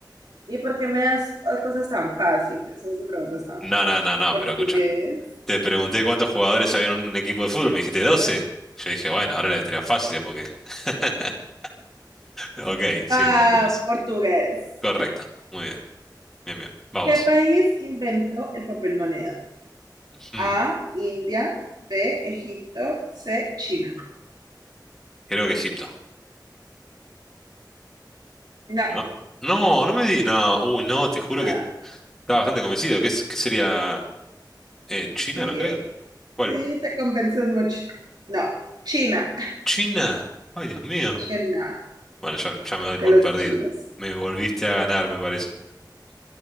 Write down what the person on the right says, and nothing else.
¿Y por qué me das cosas tan fáciles? Esas preguntas tan
fáciles.
¿Portugués?
Ah,
portugués.
¿Qué país inventó el papel moneda?
A, India, B, Egipto, C, China.
No,
nada.
Sí.
Sí, te convences mucho. No, China.
China,
de
los
chinos.